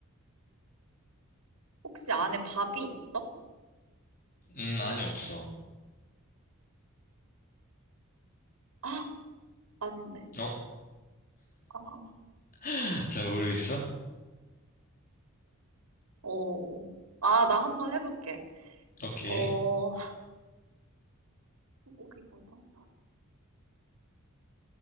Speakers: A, on the right; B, on the left.
A: 혹시 안에 밥이 있어?
B: 음, 아니, 없어.
A: 아, 아닌데.
B: 어?
A: 아,
B: <gasps> <laughs> 잘 모르겠어?
A: 어. 아, 나 한번 해볼게.
B: 오케이.
A: 어, 소고기 버전?